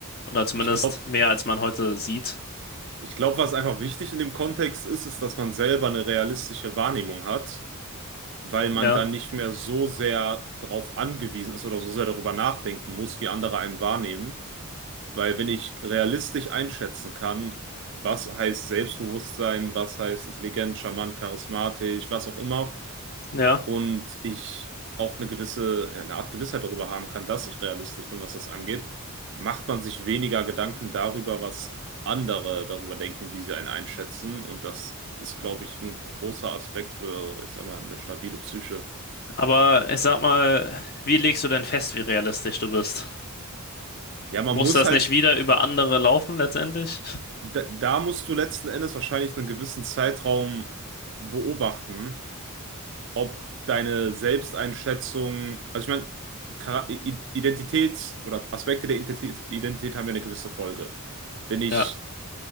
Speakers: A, on the left; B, on the right.
A: Oder zumindest
B: ich glaube,
A: mehr, als man heute sieht?
B: ich glaube, was einfach wichtig in dem Kontext ist, ist, dass man selber eine realistische Wahrnehmung hat, weil man
A: Ja,
B: dann nicht mehr so sehr darauf angewiesen ist oder so sehr darüber nachdenken muss, wie andere einen wahrnehmen. Weil wenn ich realistisch einschätzen kann, was heißt Selbstbewusstsein, was heißt intelligent, charmant, charismatisch, was auch immer,
A: ja.
B: und ich auch eine gewisse, ja, eine Art Gewissheit darüber haben kann, dass ich realistisch bin, was das angeht, macht man sich weniger Gedanken darüber, was andere darüber denken, wie sie einen einschätzen. Und das ist, glaube ich, ein großer Aspekt für, ich sag mal, eine stabile Psyche.
A: Aber ich sag mal, wie legst du denn fest, wie realistisch du bist?
B: Ja, man
A: Muss
B: muss
A: das
B: halt,
A: nicht wieder über andere laufen letztendlich?
B: da, da musst du letzten Endes wahrscheinlich einen gewissen Zeitraum beobachten ob deine Selbsteinschätzung, also ich meine, Chara- I- Identitäts- oder Aspekte der Identität, Identität haben ja eine gewisse Folge. Bin ich
A: Ja,